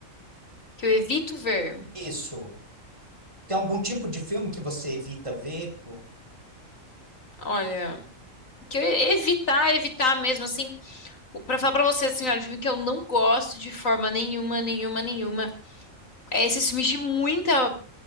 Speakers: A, on the left; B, on the right.
A: Que eu evito ver.
B: Isso. Tem algum tipo de filme que você evita ver? Pô?
A: Olha, que eu evitar, evitar mesmo assim. Pra falar pra você, assim, olha, um filme que eu não gosto de forma nenhuma, nenhuma, nenhuma. É esses filmes de muita